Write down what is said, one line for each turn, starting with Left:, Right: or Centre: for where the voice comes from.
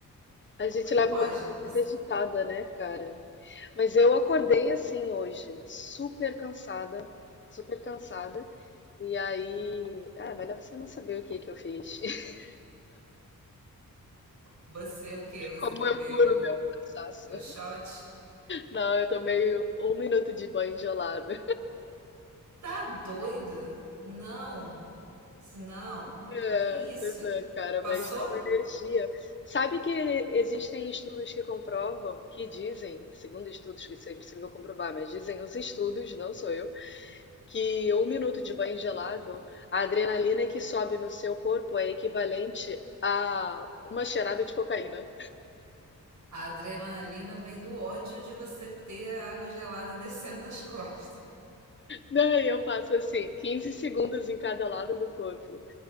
Left: a gente
Right: Como é que
Left: leva
Right: pode?
Left: uma vida
Right: Você,
Left: muito agitada, né, cara? Mas eu acordei assim hoje, super cansada, super cansada. E aí, ah, melhor você não saber o que que eu fiz. <laughs>
Right: você o quê? Você
Left: Como
Right: bebeu
Left: eu curo meu cansaço.
Right: seu shot?
Left: Não, eu tomei um minuto de banho gelado.
Right: Tá doido? Não. Isso não.
Left: É,
Right: Que isso?
Left: pois é, cara,
Right: Passou?
Left: mas dá uma energia. Sabe que existem estudos que comprovam, que dizem, segundo estudos que isso é impossível comprovar, mas dizem os estudos, não sou eu, que um minuto de banho gelado, a adrenalina que sobe no seu corpo é equivalente a uma cheirada de cocaína.
Right: A adrenalina vem do ódio de você ter a água gelada descendo nas costas.
Left: Daí eu faço assim, 15 segundos em cada lado do corpo.